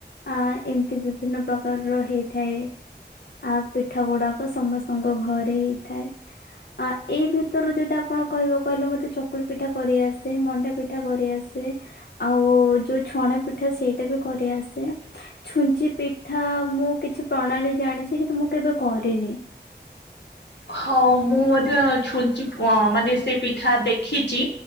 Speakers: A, on the left; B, on the left.
A: ଆ ଏମିତି ବିଭିନ୍ନ ପ୍ରକାରର ହେଇଥାଏ। ଆ ପିଠା ଗୁଡାକ ସମସ୍ତଙ୍କ ଘରେ ହେଇଥାଏ। ଆ ଏଇ ଭିତରୁ ଯଦି କଣ କହିବ କହିଲେ? ମତେ ଚକୁଳି ପିଠା କରିଆସେ ମଣ୍ଡା ପିଠା କରିଆସେ। ଆଉ ଯୋଉ ଛଣା ପିଠା ସେଇଟା ବି କରିଆସେ। ଛୁଞ୍ଚି ପିଠା ମୁଁ କିଛି ପ୍ରଣାଳୀ ଜାଣିଛି ସେଠ ମୁଁ କେବେ କରିନି।
B: ହଁ ମୁଁ ମଧ୍ୟ ଛୁଞ୍ଚି ଅ ମାନେ ସେ ପିଠା ଦେଖିଛି।